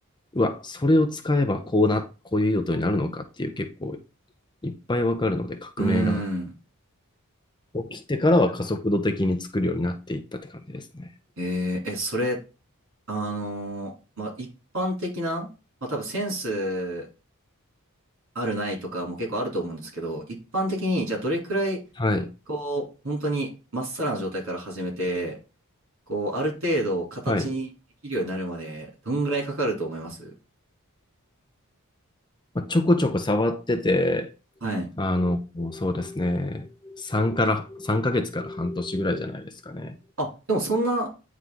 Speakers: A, on the left; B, on the right.
A: うわ、それを使えばこうな、こういう用途になるのかっていう結構いっぱい分かるので、
B: <laughs>
A: 革命が
B: うーん。
A: 起きてからは加速度的に作るようになっていったって感じですね。
B: えーえ、それ、あのーまあ、一般的な、まあ、多分センスあるないとかも結構あると思うんですけど、一般的に、じゃあどれくらい、
A: はい。
B: こう、本当にまっさらな状態から始めて、こう、ある程度形にできるようになるまで、
A: はい。
B: どんぐらいかかると思います
A: まあ、ちょこちょこ触ってて、
B: はい。
A: あの、そうですね。3から、3ヶ月から半年ぐらいじゃないですかね。
B: あ、でもそんな